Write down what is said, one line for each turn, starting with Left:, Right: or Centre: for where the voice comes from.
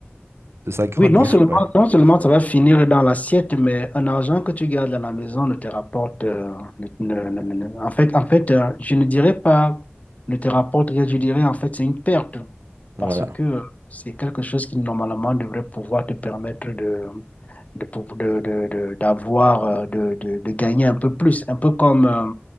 Right: de s'agrandir.
Left: Oui, non seulement,
Right: Ouais,
Left: non seulement ça va finir dans l'assiette, mais un argent que tu gardes à la maison ne te rapporte. euh, ne- ne- ne- ne- en fait, en fait euh, je ne dirais pas ne te rapporte rien, je dirais en fait c'est une perte
Right: voilà.
Left: parce que euh, c'est quelque chose qui normalement devrait pouvoir te permettre de, de, pou- de, de- de- d'avoir, euh, de, de, de gagner un peu plus. Un peu comme euh,